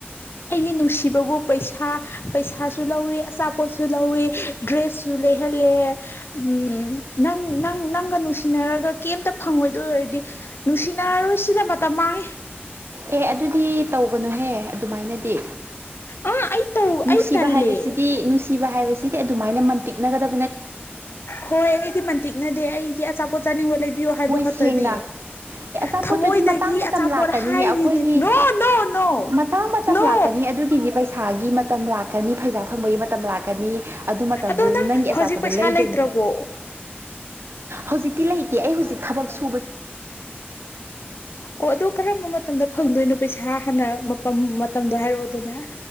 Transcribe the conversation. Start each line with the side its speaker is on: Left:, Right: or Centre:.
Left: ꯑꯩꯒꯤ ꯅꯨꯡꯁꯤꯕꯕꯨ ꯄꯩꯁꯥ ꯄꯩꯁꯥ ꯁꯨ ꯂꯧꯋꯤ ꯑꯆꯥꯄꯣꯠꯁꯨ ꯂꯧꯋꯤ ꯗ꯭ꯔꯦꯁꯁꯨ ꯂꯩꯍꯜꯂꯦ ꯎꯝ ꯅ ꯅꯪꯥꯟ ꯅꯨꯡꯁꯤ ꯅꯨꯡꯁꯤꯅꯔꯒ ꯀꯩꯝꯇ ꯐꯪꯉꯣꯏꯗꯣꯏ ꯑꯣꯏꯔꯗꯤ ꯅꯨꯡꯁꯤꯅꯔꯔꯣꯏ ꯁꯤꯗ ꯃꯇꯝ ꯃꯥꯡꯉꯦ
Right: ꯑꯦ ꯑꯗꯨꯗꯤ ꯇꯒꯅꯨꯍꯦ ꯑꯗꯨꯃꯥꯏꯅꯗꯤ
Left: ꯑꯥ ꯑꯩ ꯇꯧ
Right: ꯅꯨꯡꯁꯤꯕ
Left: ꯑꯩ ꯇꯜꯂꯦ
Right: ꯍꯥꯏꯕꯁꯤꯗꯤ ꯅꯨꯡꯁꯤꯕ ꯍꯥꯏꯕꯁꯤꯗꯤ ꯑꯗꯨꯃꯥꯏꯅ ꯇꯤꯛꯒꯗ
Left: ꯍꯣꯏ ꯑꯩꯗꯤ ꯃꯟꯇꯤꯛꯅꯗꯦ ꯑꯩꯗꯤ ꯑꯆꯥꯄꯣꯠ ꯆꯥꯅꯤꯡꯕ ꯂꯩꯕꯤꯌꯣ ꯍꯥꯏꯕ ꯈꯛꯇꯅꯦ
Right: ꯁꯦꯡꯅ ꯑꯦ ꯑꯆꯥꯄꯣꯠꯇꯨꯗꯤ
Left: ꯊꯃꯣꯏꯗꯒꯤ
Right: ꯃꯇꯥꯡ ꯃꯇꯝ
Left: ꯑꯆꯥꯄꯣꯠ
Right: ꯂꯥꯛꯀꯅꯤ
Left: ꯍꯥꯏꯔꯤꯅꯤ
Right: ꯑꯩꯈꯣꯏꯒꯤ
Left: ꯅꯣ ꯅꯣ ꯅꯣ
Right: ꯃꯇꯥꯡ ꯃꯇꯝ
Left: ꯅꯣ
Right: ꯂꯥꯛꯀꯅꯤ ꯑꯗꯨꯒꯤꯗꯤ ꯄꯩꯁꯥꯒꯤ ꯃꯇꯝ ꯂꯥꯛꯀꯅꯤ ꯄꯩꯁꯥ ꯐꯪꯕꯒꯤ ꯃꯇꯝ ꯂꯥꯛ ꯑꯗꯨ ꯃꯇꯝꯗꯨꯗ
Left: ꯑꯗꯣ
Right: ꯅꯪꯒꯤ
Left: ꯅꯪ
Right: ꯑꯆꯥꯄꯣꯗꯣ
Left: ꯍꯧꯖꯤꯛ ꯄꯩꯁꯥ
Right: ꯂꯩꯒꯅꯤꯌꯦ
Left: ꯂꯩꯇ꯭ꯔꯕꯣ
Right: ꯍꯧꯖꯤꯛꯇꯤ ꯂꯩꯇꯦ ꯑꯩ ꯍꯧꯖꯤꯛ ꯊꯕꯛꯁꯨ
Left: ꯑꯣ ꯑꯗꯨ ꯀꯔꯝꯕ ꯃꯇꯝꯗ ꯐꯪꯗꯣꯏꯅꯣ ꯄꯩꯁꯥ ꯍꯥꯟꯅ ꯃꯇꯝꯗꯣ ꯍꯥꯏꯔꯛꯑꯣ ꯑꯗꯨꯅꯦ